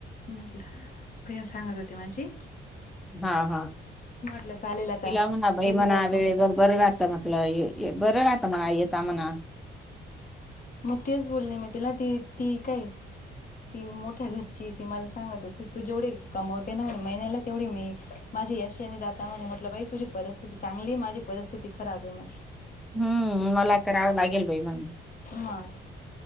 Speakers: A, on the left; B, in the centre.
A: म्हटलं. फ्रेंड सांगत होती माझी.
B: हा, हा.
A: म्हटलं चालेल आता
B: तिला म्हणा बाई
A: तुझंच
B: म्हणा,
A: ऐकून.
B: वेळेवर बरं रास मग. आपलं ये - ये बरं राता म्हणा. येता म्हणा.
A: मग तेच बोलले मी तिला. ती, ती काय ती मोठ्या घरचीय. ती मला सांगत होती, तू जेवढी कमवते न म्हणे, महिन्याला तेवढी मी माझी याशाने जाता म्हनी. म्हटलं बाई तुझी, परिस्थिती चांगलीय. माझी परिस्थिती खराबय म्हटलं.
B: हम्म, मला करावं लागेल बाई मनलं.
A: मग